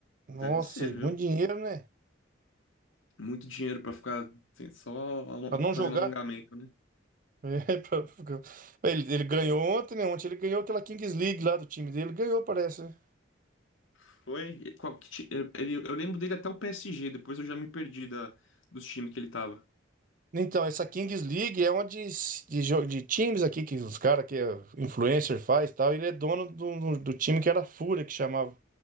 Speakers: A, on the right (about 45°); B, on the left (about 85°).
A: Nossa,
B: Deve ser,
A: é
B: viu?
A: muito dinheiro, né?
B: Muito dinheiro pra ficar assim, só alon-
A: Pra não
B: fazendo
A: jogar.
B: alongamento, né?
A: É, <laughs> pra- pra- Ele, ele ganhou ontem, né? Ontem ele ganhou aquela Kings League lá do time dele. Ganhou, parece, né?
B: Foi? E Qual, que ti- ele, eu lembro dele até o PSG, depois eu já me perdi da, dos times que ele tava.
A: Então, essa Kings League é uma de, de, jo- de times aqui que os caras que é influencer faz e tal. Ele é dono do, do, do time que era a Fúria, que chamava.